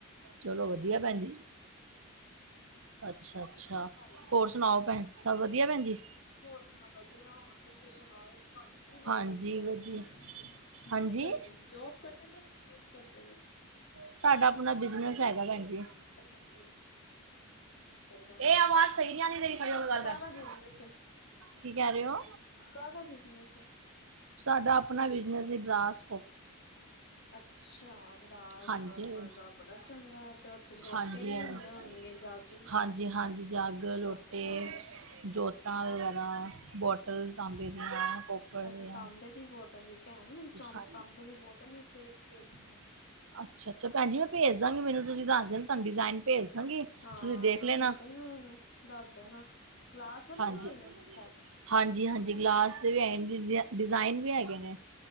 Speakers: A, on the right; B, on the left.
A: ਚਲੋ ਵਧੀਆ ਭੈਨ ਜੀ। ਅੱਛਾ ਅੱਛਾ,
B: ਹਾਂਜੀ
A: ਹੋਰ ਸੁਣਾਓ ਭੈਣ ਸਭ ਵਧੀਆ ਭੈਣ ਜੀ?
B: ਹੋਰ ਸਭ ਵਧੀਆ, ਹੋਰ ਤੁਸੀਂ ਸੁਣ ਹਾ ਪੜਕੇ
A: ਹਾਂਜੀ
B: ਕਰ
A: ਵਧੀਆ
B: ਦਿੰਦੇ <unintelligible>
A: ਹਾਂਜੀ
B: ਕੀ ਕਰ ਦਿੰਦੇ ਜੋਬ ਕਰਦੇ ਨੇ ਬਿਨਸ ਕਰਦੇ ਨੇ
A: ਸਾਡਾ ਆਪਣਾ ਬਿਜਨਸ ਹੈਗਾ ਭੈਣ ਜ
B: ਅਛੱਲ ਚਲੋ
A: ਇਹ ਆਵਾਜ਼ ਸਹੀ ਨਹੀਂ ਆਉਂਦੀ ਤੇਰੀ ਖੜੀ ਹੋ ਕੇ ਗੱਲ
B: ਕਾਹਦਾ
A: ਕਰ
B: ਵੇਜਦੇੱਸ
A: ਕੀ ਕਹਿ ਰਹੇ ਹੋ
B: ਕਾਹ ਦਾ ਬਿਜਨਸ ਹੈ
A: ਸਾਡਾ ਆਪਣਾ ਬਿਜਨਸ ਬਰਾਸਟ
B: ਅੱਛਾ ਰਾਜ
A: ਹਾਂਜੀ
B: ਗੋਕਲ ਦਾ ਬੜਾ ਚੰਗਾ ਹੈ ਤੇ ਚ ਲੋਟੇ
A: ਹਾਂਜੀ
B: ਵੀ ਹੁੰਦੇ
A: ਹਾਂਜੀ
B: ਹੋਣਗੇ ਜਾਦੂ
A: ਹਾਂਜੀ ਹਾਂਜੀ ਜੱਗ
B: ਅੱਛਾ
A: ਰੋਟੇ
B: ਅੱਛਾ
A: ਜੋਤ ਟਾਂ ਵਗੈਰਾ ਬਹੁਟ ਟ ਤਾਂਬੇ ਦੀਪੜ ਹਾਂਜੀ
B: ਅੱਛਾ ਤਾਂਬੇ ਦੀ ਬੋਤਲ ਵੀ ਭੈਣ ਮੈਨੂੰ ਚਮ
A: ਹਾਂ
B: ਤਾਂਬੇ ਦੀ ਬੋਤਲ ਵੀ ਚਾਹੀਦੀ ਹੈਗੀ ਹੈ
A: ਅੱਛਾ ਅੱਛਾ ਭੈਣ ਜ ਮੈਂ ਭੇਜ ਦਾਂਗੀ ਮੈਨੂੰ ਤੁਸੀਂ ਦੱਸ ਦਿਨ ਤੁਹਾਨੂੰ ਡਿਜ਼ਾਇਨ ਭੇਜ ਦਾਂਗੀ। ਤੁਸੀਂ
B: ਹਾਂ
A: ਦੇਖ ਲੈਣਾ
B: ਭੇਜਦੇਣ ਦੱਸਦੇਣ ਕਲਾਸ ਵਾਲੇ
A: ਹਾਂਜੀ
B: ਭੇਜ ਗਏ ਨੇ ਸੈੱਟ,
A: ਹਾਂਜੀ ਹਾਂਜੀ ਗਲਾਸ ਦੇ ਵੀ ਹੈਗੇ ਨੇ ਡਿਜ਼ਾਇਨ ਵੀ ਹੈਗੇ ਨੇ,